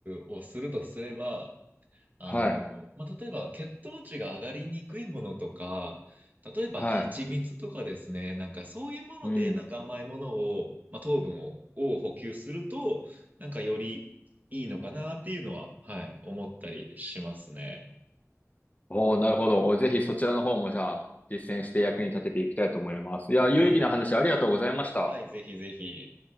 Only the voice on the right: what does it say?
をするとすれば、あの、
まあ、例えば血糖値が上がりにくいものとか、例えば蜂蜜とかですね、
なんかそういうもので、
なんか甘いものを、まあ、糖分を、を補給すると、なんかよりいいのかなっていうのは、はい、思ったりしますね。
はい。
はい、ぜひぜひ。